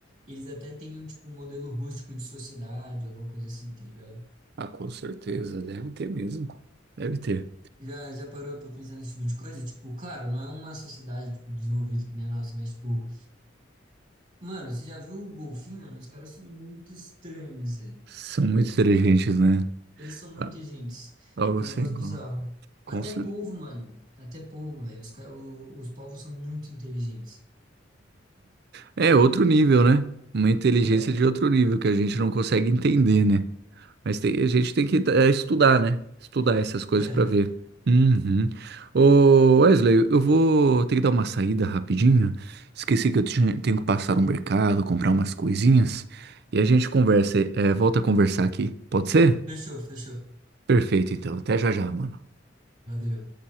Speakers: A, on the right (about 45°); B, on the right (about 60°).
A: eles até tenham, tipo, um modelo rústico de sociedade, alguma coisa assim, tá ligado?
B: Ah, com certeza. Deve ter mesmo. Deve ter.
A: Já, já parou pra pensar nesse tipo de coisa? Tipo, claro, não é uma sociedade, tipo, desenvolvida que nem a nossa, mas, tipo, mano, você já viu o golfinho, mano? Os caras são muito estranhos, velho.
B: São muito inteligentes, né?
A: Eles são muito
B: Ah,
A: inteligentes.
B: Algo
A: É
B: assim,
A: um negócio
B: com,
A: bizarro.
B: com
A: Até
B: certeza.
A: polvo, mano. Até polvo, velho. Os, ca- o- os polvos são muito inteligentes.
B: É outro nível, né? Uma inteligência
A: É,
B: de outro nível que a gente não consegue entender, né? Mas tem- a gente tem que é, estudar, né? Estudar essas coisas
A: é.
B: pra ver. Uhum. Ô, Wesley, eu vou ter que dar uma saída rapidinho. Esqueci que eu tinha- tenho que passar no mercado, comprar umas coisinhas. E a gente conversa, é, volta a conversar aqui. Pode ser?
A: Fechou, fechou.
B: Perfeito, então. Até já já, mano.
A: Valeu.